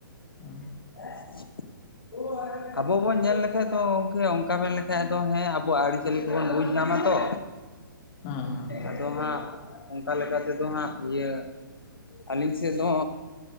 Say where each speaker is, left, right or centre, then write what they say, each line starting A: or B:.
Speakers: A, on the left; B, on the left.
A: ᱦᱩᱸ᱾
B: <unintelligible> ᱟᱵᱚ ᱵᱚᱱ ᱧᱮᱞ ᱞᱮᱠᱟᱡ ᱫᱚ ᱜᱚᱝᱠᱮ ᱚᱱᱠᱟ ᱢᱮᱱ ᱞᱮᱠᱷᱟᱡ ᱫᱚ ᱦᱮᱸ ᱟᱵᱚᱣᱟᱜ ᱟᱹᱨᱤᱪᱟᱹᱞᱤ ᱠᱚᱵᱚᱱ ᱵᱩᱡᱽ ᱧᱟᱢᱟ ᱛᱚ,
A: ᱦᱮᱸ ᱦᱮᱸ
B: ᱟᱫᱚ ᱦᱟᱸᱜ ᱚᱝᱠᱟ ᱞᱮᱠᱟ ᱛᱮᱫᱚ ᱦᱟᱸᱜ ᱤᱭᱟᱹ ᱟᱹᱞᱤᱧ ᱥᱮᱫ ᱫᱚ